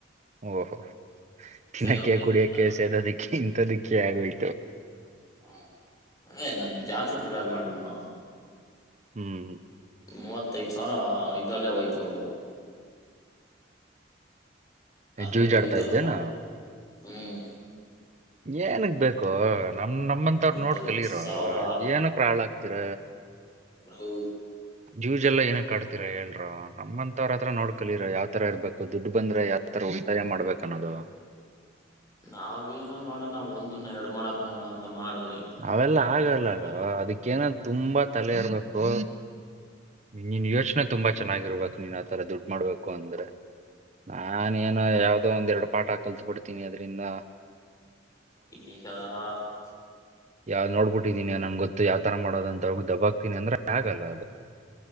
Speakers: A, on the right (about 35°); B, on the left (about 20°).
A: ಓಹೋ ತಿನ್ನಕ್ಕೆ
B: ಹೋಗ್ತೈತೆ
A: ಕುಡಿಯಕ್ಕೆ
B: ಅಂತ ನಾನು
A: ಸೇದೋದಿಕ್ಕೆ ಇಥ ದಿಕ್ಕೆ ಆಗೋಯ್ತು
B: ಹ ಅದೇ ನ ಜಾಸ್ತಿ ದುಡ್ಡಲ್ ಮಾಡ್ಬಿಟ್ಟು ನಾ
A: ಹ್ಮ್
B: ಮೂವತ್ತೈದ ಸಾವಿರ ಇದಲ್ಲೇ ಹೋಯ್ತು ಅದು
A: ಜೂಜಾಡ್ತಾ
B: ಇದು ಇರುತ್ತಲ್ಲಪ್ಪಾ
A: ಇದ್ದೇನಾ
B: ಹ್ಮ್
A: ಏನಗ್ ಬೇಕೋ ನಮ್ ನಮ್ಮಂತ
B: ಮೂವತ್ತೈದು
A: ನೋಡ್ ಕಲರೋ
B: ಸಾವಿರ
A: ಏನ ಹಳ ಹಾಕ್ತಿರ
B: ಹೌ
A: ಜ್ಯೂಸ್ ಎಲ್ಲ ಏನಕ್ ಕಡ್ತತಿರಾ ಹೇಳಲ್ರ ನಮ್ಮಂತವ ಹತ್ರ ನೋಡ್ಕಲೀರ ಯಾವತರ ಇರ್ಬೇಕು ದುಡ್ಡು ಬಂದ್ರೆ ಯಾವ ತರ ಉಳಿತಾಯ ಮಾಡ್ಬೇಕನ್ನೋದು
B: ನಾವ್ ಏನ ಮಾಡೋಣಾವ ಒಂದನ್ನ ಎರಡು ಮಾಡಕ ನೋಡೋಣ ಅಂತ ಮಾಡಿದ್ರಿ
A: ಅವೆಲ್ಲ ಆಗಲ್ಲ
B: ಆಗಿಲ್ಲ
A: ಅಲ್ವ ಅದಕ್ಕೇನ ತುಂಬಾ ತಲೆ ಇರ್ಬೇಕು ನಿನ್ ಯೋಚನೆ ತುಂಬಾ ಚೆನ್ನಾಗಿರ್ಬೇಕಕ್ ನೀನ್ ಆತರ ದುಡ್ ಮಾಡ್ಬೇಕು ಅಂದ್ರೆ ನಾನೇನು ಯಾವ್ದೋ ಒಂದ್ ಎರಡು ಪಾಠ ಕಲ್ತ್ ಬಿಿಡ್ತೀನಿ ಅದ್ರಿಂದ
B: ಈಗ <unintelligible>
A: ಯಾವ್ದ್ ನೋಡ್ಬಿಟ್ಟಿದೀನಿ ನನ್ ಗೊತ್ತು ಯಾವ್ತರ ಮಾಡೋದಂತ ಅವ್ರ್ಗ್ ದಬ್ಬಕ್ತನಿ ಅಂದ್ರೆ ಆಗಲ್ಲ ಅದು